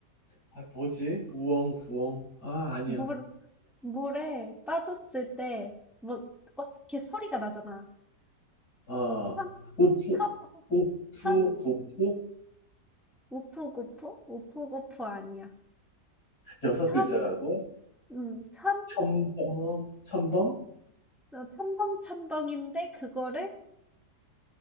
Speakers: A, on the left; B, in the centre.
A: 아, 뭐지? 우엉, 부엉. 아, 아니야.
B: 물, 물에 빠졌을 때 뭐 어떻게 소리가 나잖아.
A: 아 어.
B: 참,
A: 우프
B: 참,
A: 우프
B: 참,
A: 고프
B: 우프구프? 우프구프 아니야.
A: 여섯
B: 참,
A: 글자라고?
B: 음, 참,
A: 첨벙, 첨벙?
B: 어, 첨벙첨벙인데 그거를